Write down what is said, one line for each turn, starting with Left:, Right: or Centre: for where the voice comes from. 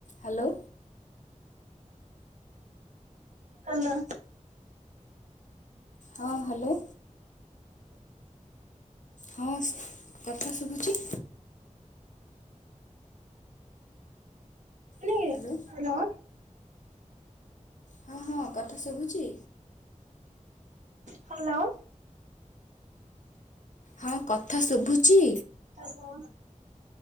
Left: ହାଲୋ।
Right: ହାଲୋ।
Left: ହଁ -ହାଲୋ। ହଁ ଶ୍ କଥା ଶୁଭୁଚି?
Right: <unintelligible>
Left: Hello
Right: hello.
Left: ହଁ- ହଁ କଥା ଶୁଭୁଚି?
Right: ହାଲୋ।
Left: ହଁ କଥା ଶୁଭୁଚି?
Right: ହାଲୋ।